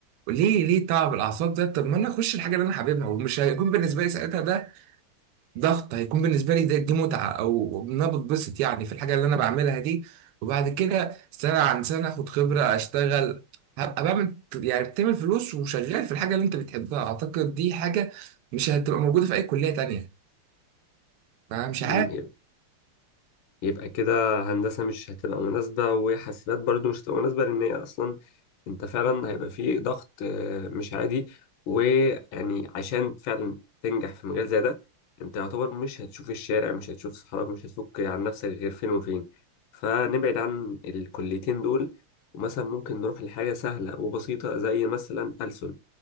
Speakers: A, on the right (about 85°); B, on the left (about 70°).
A: ليه ليه تعب الاعصاب ده طب ما انا اخش الحاجه اللي انا حاببها ومش هيكون بالنسبه لي ساعتها ده ضغط هيكون بالنسبه لي ده دي متعه او ان انا بتبسط يعني في الحاجه اللي انا بعملها دي وبعد كده سنه عن سنه اخد خبره اشتغل هبقى بعمل يعني بتعمل فلوس وشغال في الحاجه اللي انت بتحبها اعتقد دي حاجه مش هتبقى موجوده في اي كليه تانية فمش عارف
B: مم، يبقى كده هندسة مش هتبقى مناسبة وحاسبات برضو مش هتبقى مناسبة لأن هي أصلا أنت فعلا هيبقى فيه ضغط آه، مش عادي ويعني عشان فعلا تنجح في مجال زي ده أنت يعتبر مش هتشوف الشارع مش هتشوف صحابك مش هتفك عن نفسك غير فين وفين فنبعد عن الكليتين دول ومثلا ممكن نروح لحاجة سهلة وبسيطة زي مثلا ألسن